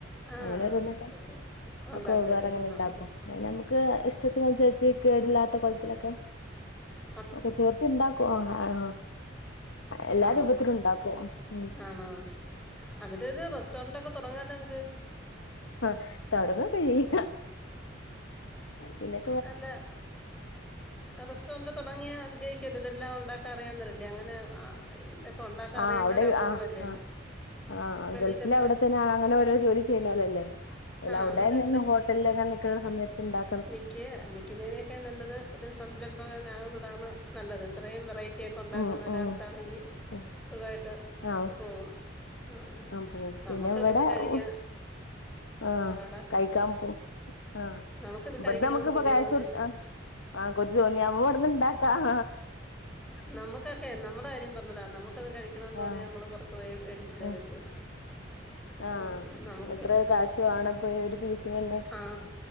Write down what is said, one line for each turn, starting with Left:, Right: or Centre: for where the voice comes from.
Centre: ആഹ്
Left: അങ്ങനോരോന്നൊക്കെ
Centre: ഓ ഉണ്ടാക്കുവല്ലേ
Left: ഒക്കെ വെവ്വേറെങ്ങനെണ്ടാക്കും
Centre: നമുക്ക്
Left: അ നമുക്ക് ഇഷ്ടത്തിനനുസരിച്ച് കേടില്ലാത്ത കൊലത്തിലൊക്കെ
Centre: <inaudible>
Left: ഒക്കെ ചേർത്തിണ്ടാക്കും അ ആ എല്ലാ
Centre: നമക്ക്
Left: രൂപത്തിലും ഉണ്ടാക്കും ഉം
Centre: ആണോ ന്ന്ട്ടൊരു റെസ്റ്റോറെന്റൊക്കെ തൊടങ്ങാല്ലോങ്ങക്ക്
Left: ആഹ് തൊടങ്ങൊക്കെയ്യ പിന്നെ
Centre: അല്ല റെസ്ട്ടോറണ്ട് തുടങ്ങിയാ വിജയിക്കല്ലോ ഇതെല്ലാം ഉണ്ടാക്കാൻ അറിയാന്നോരല്ലേ അങ്ങനെ ആഹ് ഇതൊക്കെ ഉണ്ടാക്കാൻ അറിയുന്നൊരു
Left: ആഹ് അവിടെ
Centre: അപൂർവല്ലേ
Left: ആഹ് ആഹ് ആഹ്
Centre: വെളിയിലൊക്കെ
Left: ഗൾഫിൽ അവിടെത്തന്നെ അങ്ങനെ ഓരോ ജോലി ചെയ്യണോലല്ലോ
Centre: ആ
Left: അവിടെ
Centre: അന്നേരം
Left: നിന്ന് ഹോട്ടലിലങ്ങനെ നിക്കണ സമയത്തുണ്ടാ
Centre: നിക്ക് നിക്കുന്നതിനെക്കാ നല്ലത് ഒരു സംരംഭകനാകുന്നതാണ് നല്ലത് ഇത്രയും വെറൈറ്റി ഉണ്ടാക്കുന്ന
Left: ഉം
Centre: ഒരാൾക്കാണെങ്കി
Left: ഉം ഉം
Centre: സുഖായിട്ട്
Left: ആഹ്
Centre: പോകും. ആഹ്
Left: പോവും
Centre: നമ്മുക്കൊക്കെ
Left: പിന്നെ ഇവിടെ
Centre: ഇത് കഴിക്കാ
Left: ഉസ് ആഹ്
Centre: പറയടാ
Left: കഴിക്കാൻ പോ ആഹ്
Centre: നമുക്കിത്
Left: ഇവിടുന്ന്
Centre: കഴിക്കണോന്ന്
Left: നമ്മുക്ക് ഇപ്പോ
Centre: കൊതി
Left: കാശ്
Centre: തോന്നി
Left: കൊടുക്കാ ആഹ് കൊതി തോന്നിയപ്പോ ഇവിടുന്നിണ്ടാക്കാം
Centre: നമുക്ക് ക്കെ നമ്മുടെ കാര്യം പറഞ്ഞതാ നമുക്കത് കഴിക്കണോന്ന് തോന്നിയാ
Left: ആഹ്
Centre: നമ്മള് പുറത്തു പോയി വേടിച്ചല്ലേ
Left: ഉം
Centre: പറ്റൂ
Left: ആഹ്
Centre: മ് നമുക്ക്
Left: എത്ര കാശ്
Centre: മ്
Left: വേണം ഇപ്പൊ ഒരു പീസിനിണ്ട്
Centre: ആഹ്